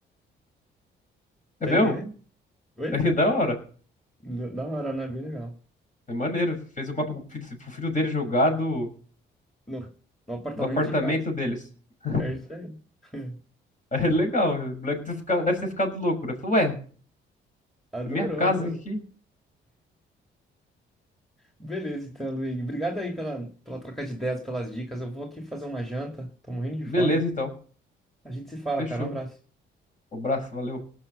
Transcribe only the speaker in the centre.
Tá
entendendo?
Oi?
Da da hora, né? Bem legal.
No, no apartamento
de casa.
É isso aí. <laughs>
Adorou,
adorou.
Beleza, então, Luigi. Obrigado aí pela, pela troca de ideias, pelas dicas. Eu vou aqui fazer uma janta. Tô morrendo de
fome.
A gente se fala,
cara. Um abraço.